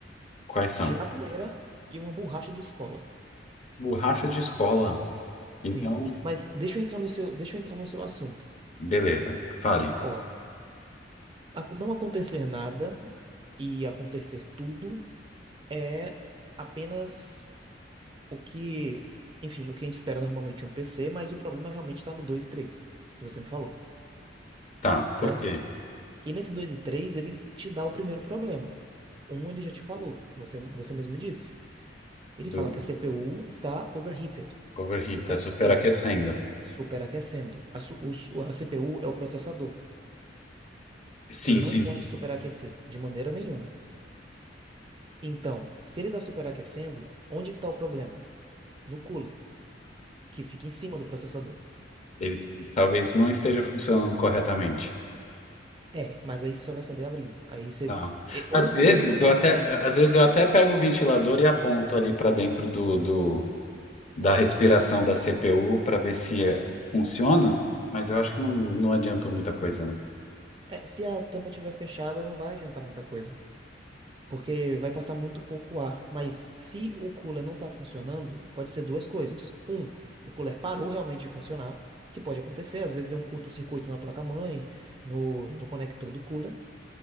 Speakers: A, on the left (about 40°); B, on the right (about 25°).
A: Quais são?
B: tirar poeira e uma borracha de escola.
A: Borracha de escola.
B: Sim,
A: Então,
B: mas deixa eu entrar no seu, deixa eu entrar no seu assunto.
A: beleza, fale.
B: Ó, ac- não acontecer nada e acontecer tudo é apenas o que, enfim, o que a gente espera normalmente de um PC, mas o problema realmente está no 2 e 3 que você me falou,
A: Tá,
B: certo?
A: por quê?
B: E nesse 2 e 3 ele te dá o primeiro problema. Um, ele já te falou, você, você mesmo me disse. Ele
A: Do
B: fala que a CPU está overheated,
A: overheat
B: ou
A: tá superaquecendo.
B: seja, superaquecendo. A, su- o su- a CPU é o processador.
A: Sim,
B: Ele não
A: sim,
B: pode superaquecer de maneira nenhuma. Então, se ele está superaquecendo, onde que está o problema? No cooler, que fica em cima do processador.
A: ele talvez não esteja funcionando corretamente.
B: É, mas aí você só vai saber abrindo. Aí você.
A: Tá.
B: é, Ou,
A: Às vezes
B: ou ele não está
A: eu até,
B: funcionando.
A: às vezes eu até pego o ventilador e aponto ali para dentro do, do da respiração da CPU para ver se eh, funciona, mas eu acho que não, não adiantou muita coisa, não.
B: é, se a tampa estiver fechada, não vai adiantar muita coisa. Porque vai passar muito pouco ar. Mas se o cooler não está funcionando, pode ser duas coisas. Um, o cooler parou realmente de funcionar, que pode acontecer, às vezes deu um curto-circuito na placa-mãe, no, no conector do cooler.